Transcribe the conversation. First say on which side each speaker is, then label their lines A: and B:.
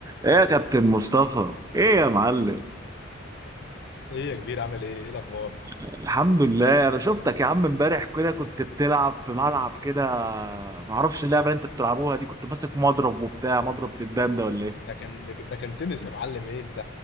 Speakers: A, on the right (about 15°); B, on the left (about 55°).
A: ايه يا كابتن مصطفى ايه يا معلم
B: ايه يا كبير عامل ايه ايه الاخبار
A: الحمد لله انا شفتك يا عم امبارح كده كنت بتلعب في ملعب كده معرفش اللعبه اللي انت بتلعبوها دي كنت ماسك مضرب وبتاع مضرب دبان ده ولا ايه
B: ده كان ده كان تنس يا معلم ايه انت